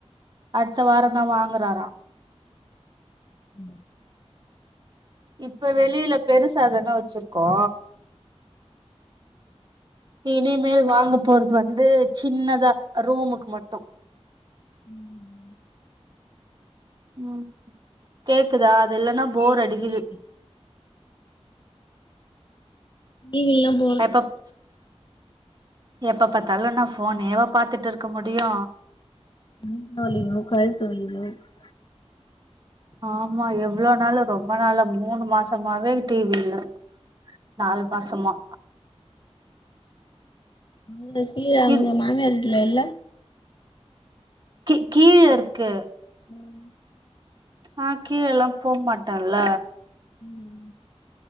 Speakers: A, on the right; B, on the left.
A: அட்த்த வாரந்தா வாங்குறாரா
B: ம்
A: இப்ப வெளில பெருசா தான வச்சிருக்கோ இனிமேல் வாங்க போறது வந்து சின்னதா ரூமுக்கு மட்டு
B: ம்
A: ம் கேக்குதா அதுல்லன்னா போர்
B: கேக்குது
A: அடிக்குது
B: கேக்குது டி வி இல்லாம
A: எப்பப் எப்ப பாத்தாலு நா ஃபோனே வா பாத்துட்டு இருக்க முடியு
B: <unintelligible>
A: ஆமா எவ்ளோ நாளு ரொம்ப நாள மூணனு மாசமாவே டி வி இல்ல நாலு மாசமா
B: உங்க டி வி அங்க
A: இது
B: மாமியார் வீட்ல இல்ல
A: கீ கீழ இருக்கு
B: ம்
A: நா கீழல்லா போ மாட்டெல்ல
B: ம்